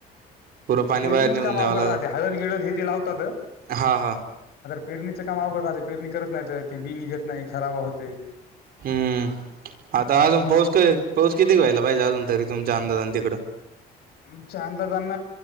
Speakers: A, on the right; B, on the left.
A: पुरं पाणी
B: पेरणीचं
A: बाहेर निघून
B: काम
A: द्यावं
B: अवघड
A: लागल
B: राहते हळद गिळत हे ते लावतात
A: हा हा
B: पेरणीच काम अवघड रा पेरणी करत नाही ते बी निघत नाही खराबा होते
A: हम्म आता अजून
B: हा
A: पाऊस पाऊस कितीक व्हाला पाहिजे अजून तरी तुमच्या अंदाजां तिकडं
B: आमच्या अंदाजान